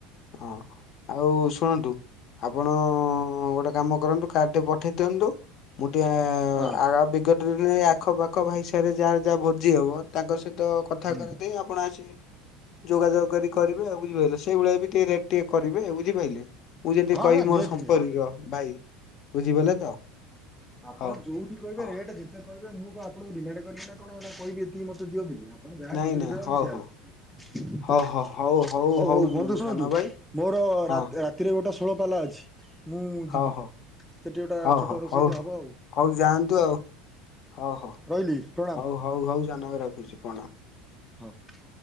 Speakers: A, on the left; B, in the centre.
A: ହଁ ଆଉ ଶୁଣନ୍ତୁ? ଆପଣ ଗୋଟେ କାମ କରନ୍ତୁ, କାର୍ଡ଼ଟେ ପଠେଇ ଦିଅନ୍ତୁ। ମୁଁ ଟିକେ
B: ହଁ
A: <unintelligible> ଆଖ ପାଖ ଭାଇସିରେ ଯାହାର ଯାହା ଭୋଜି ହବ ତାଙ୍କ ସହିତ କଥା
B: ହୁଁ
A: କରେ ଦେଇ ଆପଣ ଆସି ଯୋଗାଯୋଗ କରି କରିବେ ଆଉ ବୁଝିପାଇଲ, ସେଇଭଳିଆ ବି ଟିକେ ରେଟ୍ ଟିକେ କରିବେ ଆଉ ବୁଝିପାରଲେ। ମୁଁ ଯେଦି
B: ହଁ
A: କହିବି
B: ହଁ ନିହାତି
A: ମୋର ସମ୍ପର୍କୀୟ
B: ନିହାତି।
A: ଭାଇ ବୁଝିପାଲେ ତ।
B: ଆପଣ
A: ହଉ
B: ଯୋଉଠି କହିବେ
A: ହଉ
B: ରେଟ୍ ଯେତେ କହିବେ ମୁଁ କଁ ଆପଣଙ୍କୁ ଡିମାଣ୍ଡ୍ କରିବି ନା କଣ ଏଡା କହିବି ଏତିକି ମୋତେ ଦିଅ ବୋଲି ଆଉ। ଆପଣ ଯାହା
A: ନାଇଁ
B: ଖୁସିରେ
A: ନାଇଁ
B: ଦେବେ
A: ହଉ
B: ମୁଁ ସେୟା ରଖିବି,
A: ହଉ ହଉ ହଉ
B: ହଉ- ହଉ ବନ୍ଧୁ ଶୁଣନ୍ତୁ?
A: ସାନ ଭାଇ
B: ମୋର
A: ହଁ
B: ରା- ରାତିରେ ଗୋଟେ ଷୋଳ ପାଲା ଅଛି, ମୁଁ
A: ହଉ
B: ଯିବି
A: ହଉ
B: ସେଠି ଗୋଟେ
A: ହଉ
B: ଛୋଟ
A: ହଉ
B: ରୋଷେଇ
A: ହଉ
B: ଏ ହବ ଆଉ
A: ହଉ ଯାଆନ୍ତୁ ଆଉ ହଉ ହଉ।
B: ରହିଲି ପ୍ରଣାମ୍।
A: ହଉ ହଉ ହଉ ସାନ ଭାଇ ରଖୁଛି ପଣ।
B: ହୋଉ।